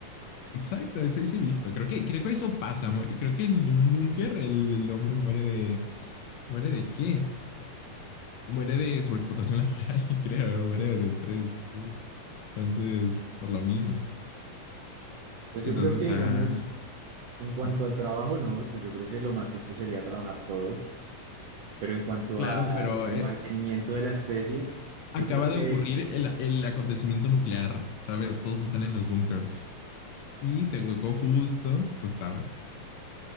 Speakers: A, on the left; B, on the right.
A: Exacto, eso hice visto. Creo que, creo que eso pasa. Creo que en, en un búnker el, el hombre muere de... ¿Muere de qué? Muere de sobreexplotación <laughs> laboral, creo. Muere de estrés. Entonces, por lo mismo.
B: Pues
A: Entonces
B: yo creo que,
A: está...
B: digamos, en cuanto
A: ¿sabes?
B: al trabajo, no, pues yo creo que lo más justo sería trabajar todos, pero en cuanto
A: Claro,
B: a
A: pero
B: el
A: eh,
B: mantenimiento de la especie, yo
A: acaba
B: creo que
A: de ocurrir el, el acontecimiento nuclear, ¿sabes? Todos están en los búnkers. Y te tocó justo, pues sabes.